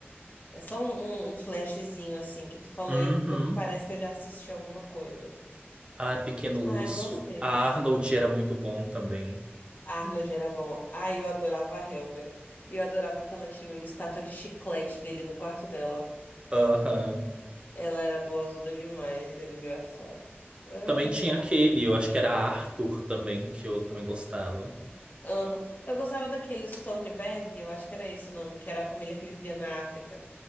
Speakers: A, on the left; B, on the right.
A: É só um, um, um flashzinho assim que tu falou
B: Uhum.
A: e eu, eu- parece que eu já assisti alguma coisa.
B: Ah, Pequeno Urso.
A: Ai, bons tempos.
B: A Arnold era muito bom também.
A: Arnold era bom. Ai, eu adorava a Helga. E eu adorava que ela tinha uma estátua de chiclete dele no quarto dela.
B: Aham.
A: Ela era boazuda demais, era engraçado. Ah.
B: Também tinha aquele, eu acho que era Arthur também, que eu também gostava.
A: Aham. Eu gostava daqueles Tornberg, eu acho que era esse o nome, que era a família que vivia na África,